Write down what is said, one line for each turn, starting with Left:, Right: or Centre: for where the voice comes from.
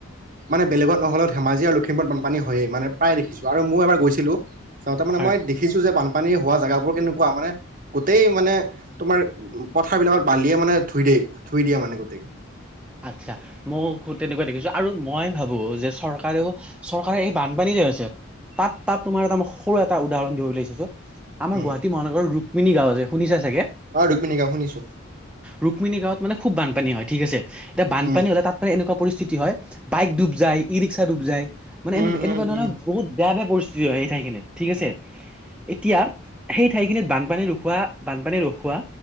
Right: মানে বেলেগত নহলেও ধেমাজি আৰু লখিমপুৰত বানপানী হয়য়ে মানে প্ৰায় দেখিছো আৰু মই এবাৰ গৈছিলোঁ। চাওতে মে
Centre: হয়
Right: মই দেখিছোঁ যে বানপ পানী হোৱা জেগাবোৰ কেনেকুৱা মানে গোটেই মানে তোমাৰ পথাৰ বিলাকত বালিয়ে মানে ধুই দিয় ধুই দিয়ে মানে গোটেই।
Centre: আচ্ছা মইও তেনেকুৱা দেখিছো আৰু মই ভাবোঁ যে চৰকাৰেও চৰকাৰে এই বানপানী যে আছে তাত তাত তোমাৰ এটা মই সৰু এটা উদাহৰণ দিব বিল আহিছো আমাৰ
Right: উম
Centre: গুৱাহাটী মহানগৰ ৰুক্মিণী গাঁও যে শুনিছা চাগে,
Right: অ ৰুক্মিণী কোৱা শুনিছোঁ
Centre: ৰুক্মিণী গাঁৱত মানে খুব বানপানী হয় ঠিক আছে। এতিয়া বানপানী
Right: উম
Centre: হ'লে তাত ম এনেকুৱা পৰিস্থিতি হয় বাইক ডুব যায়, ই ৰিক্সা ডুব যায়। মানে
Right: উম,
Centre: এনে এনেকুৱা
Right: উম,
Centre: ধৰণৰ
Right: উম,
Centre: বহুত বেয়া বেয়া পৰিস্থিতি হয় এই ঠাইখিনিত ঠিক আছে এতিয়া সেই ঠাইখিনিত বানপানী ৰখোৱা বানপানী ৰখোৱা